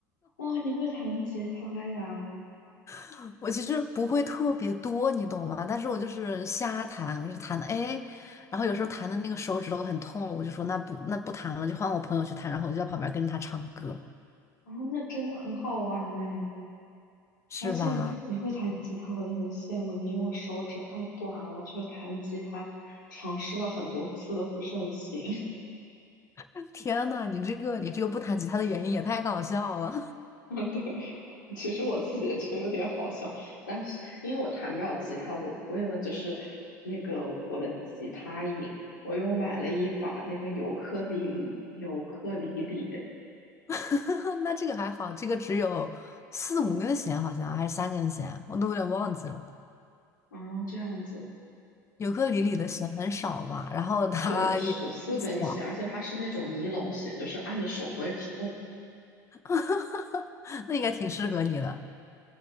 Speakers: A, on the left; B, on the left.
A: 哇，你会弹吉他呀？
B: <laughs> 我其实不会特别多，你懂吗？但是我就是瞎弹，我就弹的哎，然后有时候弹的那个手指头很痛了，我就说那不那不弹了，就换我朋友去弹，然后我就在旁边跟着他唱歌，
A: 然后那真的很好玩哎！
B: 是吧？
A: 而且你你会弹吉他，我就很羡慕你，因为我手指太短了，就是弹吉他尝试了很多次都不是很行。
B: <laughs> 天呐，你这个你这个不弹吉他的原因也太搞笑了。
A: <laughs> 对，其实我自己也觉得有点好笑，但是因为我弹不了吉他，我为了就是那个我的吉他瘾，我又买了一把那个尤克里里，尤克里里
B: <laughs> 那这个还好，这个只有四五根弦，好像还是三根弦，我都有点忘记了。
A: 啊，这样子，
B: 尤克里里的弦很少嘛，然后它也不小，
A: 对，是四根弦，而且它是那种尼龙弦，就是按着手不会痛
B: <laughs> 那应该挺适合你的。